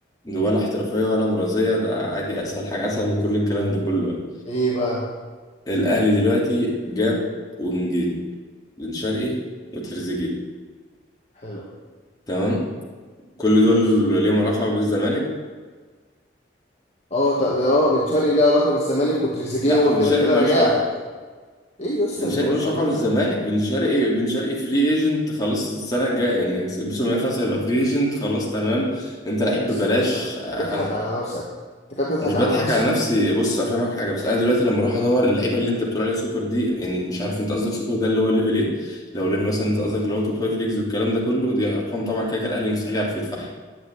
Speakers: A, on the left; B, on the left.
A: ولا احترافية ولا مرضية ده عادي أسهل حاجة أسهل من كل الكلام ده كله
B: ايه بقى
A: الأهلي دلوقتي جاب ونجيل بن شرقي وتريزيجيه
B: حلو
A: تمام كل دول
B: ماشي
A: ليهم علاقة بالزمالك
B: اه طب اه بن شرقي ليه علاقه بالزمالك وتريزيجيه
A: لا
B: هو
A: بن
B: كده
A: شرقي
B: كده
A: مالوش
B: راجع لك ايه يا اسطى
A: بن
B: اللي
A: شرقي
B: ملوش
A: ملوش
B: علاقه
A: علاقة بالزمالك
B: يا عم
A: بن شرقي بن شرقي فري ايجنت خلاص السنة الجاية يعني الموسم اللي خلاص هيبقى فري ايجنت خلاص تمام انت لعيب
B: يا اسطى
A: ببلاش
B: يا اسطى
A: أنا
B: تضحك على نفسك انت كده بتضحك
A: مش بضحك
B: على نفسك
A: على نفسي بص افهمك حاجة بس انا دلوقتي لما اروح ادور اللعيبة اللي انت بتقول عليها سوبر دي يعني مش عارف انت قصدك سوبر ده اللي هو ليفل ايه لو ليفل مثلا انت قصدك اللي هو توب فايف ليجز والكلام ده كله دي ارقام طبعا كده كده الاهلي مستحيل يعرف يدفعها